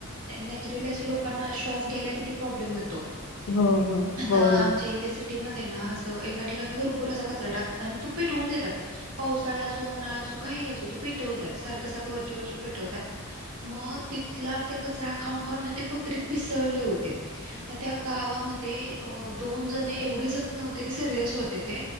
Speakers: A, on the right (about 80°); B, on the left (about 60°).
A: नॅचरली असं लोकांना श्वास घ्यायला किती प्रॉब्लेम होत.
B: हो
A: आता
B: हो
A: आमच्या
B: ना
A: इथे सिट म एका ठिकाणी भरपर असा कचरा टकतात आणि तो पेटवून देतात. वसाळा असो उन्हाळा असू काही असू तो पेठवतात सारखं सारखं वरची वरची पेठवतात. मग तिथला ते कचरा खाऊन खाऊन ना ते कुत्रीे पिसळले होते. मग त्या गावामध्ये दोन जण एवढी जखमी होते की सिरियस होते. ते